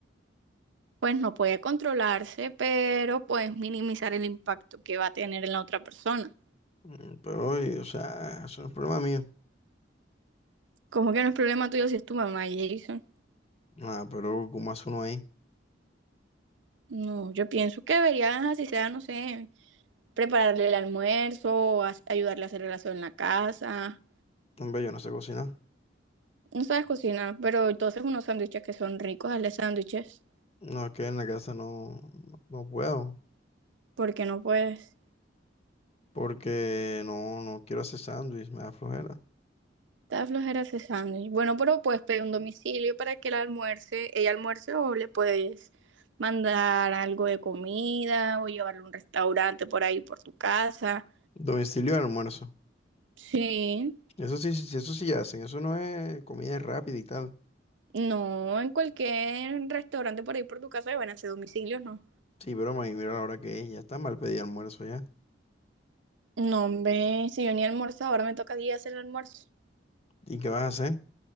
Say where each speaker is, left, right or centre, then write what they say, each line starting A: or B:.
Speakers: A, on the right; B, on the left.
A: pues no puede controlarse, pero puedes minimizar el impacto que va a tener en la otra persona.
B: Mm, Pero, y, o sea, eso no es problema mío.
A: ¿Cómo que no es problema tuyo si es tu mamá, Jason?
B: Ah, pero como hace uno ahí?
A: No, yo pienso que deberías, así sea, no sé, prepararle el almuerzo, o as- ayudarle a hacer el asado en la casa.
B: No, Hombre, yo no sé cocinar.
A: No sabes cocinar, pero entonces unos sándwiches que son ricos, hazle sándwiches,
B: No, es que en la casa no, no no puedo.
A: porque no puedes.
B: Porque no, no quiero hacer sándwich, me da flojera.
A: Está flojera ese sándwich. Bueno, pero puedes pedir un domicilio para que el almuerce, ella almuerce o le puedes mandar algo de comida o llevarle a un restaurante por ahí por tu casa.
B: Domicilio de almuerzo.
A: Sí,
B: Eso sí, sí, eso sí hacen. Eso no es comida rápida y tal.
A: no, en cualquier restaurante por ahí por tu casa le van a hacer domicilios, ¿no?
B: Sí, pero me mira la hora que es. Ya está mal pedir almuerzo ya.
A: No, hombre, si yo ni almuerzo, ahora me toca a mí hacer el almuerzo.
B: ¿Y qué vas a hacer?